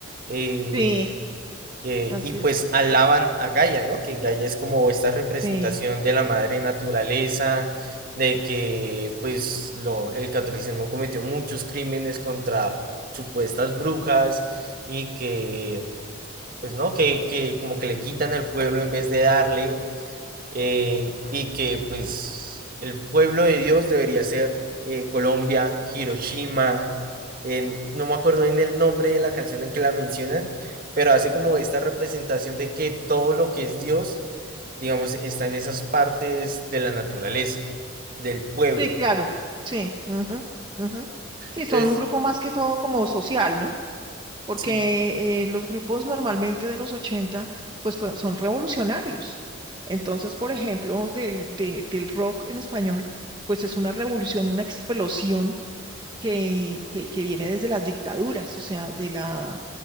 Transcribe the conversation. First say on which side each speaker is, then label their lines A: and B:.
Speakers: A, on the right; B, on the right.
A: eh,
B: sí,
A: eh,
B: así
A: y pues
B: es.
A: alaban a Gaia, ¿no? Que Gaia es como esta representación
B: Sí,
A: de la madre naturaleza, de que pues lo, el catolicismo cometió muchos crímenes contra supuestas brujas y que, pues no, que, que como que le quitan al pueblo en vez de darle eh, y que pues el pueblo de Dios debería ser eh, Colombia, Hiroshima, en- no me acuerdo bien el nombre de la canción en que la mencionan, pero hace como esta representación de que todo lo que es Dios, digamos, está en esas partes de la naturaleza, del pueblo.
B: sí, claro. Sí. ujú, ujú. Sí,
A: Entonces,
B: son un grupo más que todo como social, ¿no? Porque
A: sí,
B: eh, los grupos normalmente de los 80 pues, pues, son revolucionarios. Entonces, por ejemplo, del, de- del rock en español, pues es una revolución, una explosión que, que, que viene desde las dictaduras, o sea, de la,